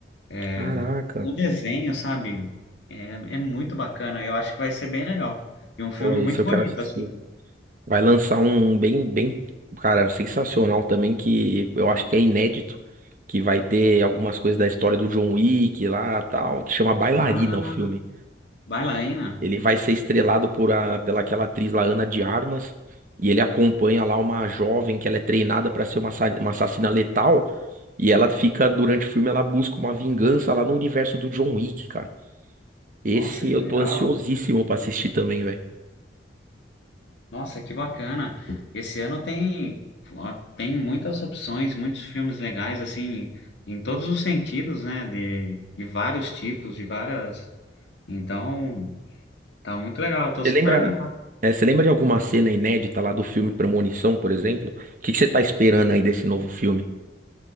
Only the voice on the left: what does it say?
eh,
com o desenho, sabe? É, é muito bacana, eu acho que vai ser bem legal. E um filme
muito
bonito,
assim.
Ah,
bailarina?
Nossa, que
legal.
Nossa, que bacana. Esse ano tem, ó, tem muitas opções, muitos filmes legais, assim, em todos os sentidos, né? De, de vários tipos, de várias. Então, tá muito legal. Eu tô super
animado.